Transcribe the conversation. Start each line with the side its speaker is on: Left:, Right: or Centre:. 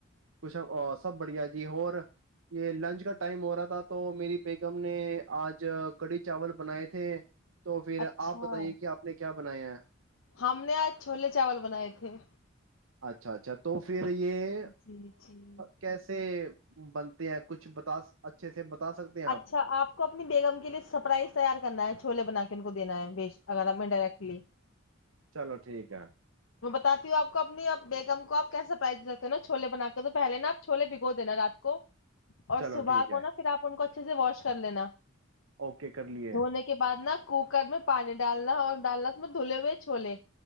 Right: کچھ سب بڑھیا جی اور یہ لنچ کا ٹائم ہو رہا تھا تو میری بیگم نے آج کڑھی چاول بنائے تھے تو پھر
Left: اچھا
Right: آپ بتائیے کہ آپ نے کیا بنایا
Left: ہم نے آج چھولے چاول بنائے تھے
Right: اچھا اچھا تو پھر یہ
Left: جی جی
Right: کیسے بنتے ہیں کچھ بتا اچھے سے بتا سکتے ہیں آپ
Left: اچھا آپ کو اپنی بیگم کے لیے سرپرائز تیار کرنا ہے ا چھوولے بنا کے ان کو دینا ہے بی اگر آپ انڈائریکٹلی
Right: چلو ٹھیک ہے
Left: میں باتی ہوں آپ کو اپنیپ بیگم کو آپ کیسے پرائز دے سکتے نا چھے بنا کے تو پہلے نا آپ چھولے بھگو دینا رات کو اور
Right: چلو
Left: صبح
Right: ٹھیک
Left: کو
Right: ہے
Left: نا پھر آپ ان کو اچھے سے واش کر لینا
Right: اوکے کر لیے
Left: دھونے کے بعد نا کوک میں پانی ڈالنا اور ڈالنا ت دھلے ہوئے چھوولے